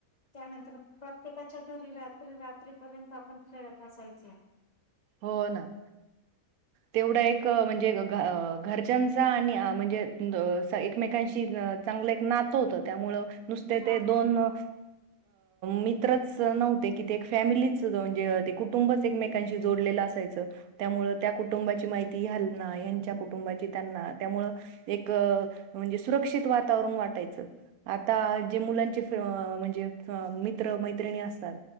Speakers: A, on the left (about 40°); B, on the right (about 85°).
A: त्यानंतर प्रत्येकाच्या घरी रात्री रात्रीपर्यंत आपण खेळत असायचो.
B: हो ना. तेवढा एक म्हणजे घरच्यांचा आणि म्हणजे <unintelligible> मेकांशी चांगलं एक नातं होतं त्यामुळं नुसते
A: नातं
B: ते दोन
A: होतं
B: अ मित्रच नव्हते कि ते एक फॅमिलीच म्हणजे ते कुटुंबच एकमेकांशी ते जोडलेलं असायचं त्यामुळं त्या कुटुंबाची माहिती ह्यांना ह्यांच्या कुटुंबांची त्यांना त्यामुळं एक म्हणजे सुरक्षित वातावरण वाटायचं, आता जे मुलांचे अं म्हणजे मित्र मैत्रिणी असतात